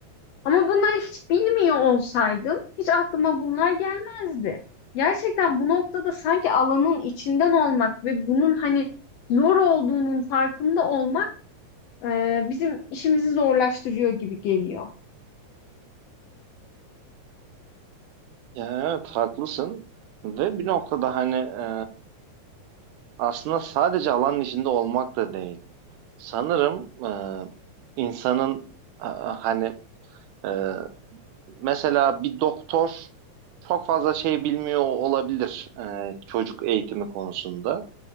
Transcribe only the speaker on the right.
Ya Evet haklısın ve bir noktada hani e, aslında sadece alanın içinde olmak da değil. Sanırım e, insanın e, hani e, mesela bir doktor çok fazla şey bilmiyor olabilir e, çocuk eğitimi konusunda.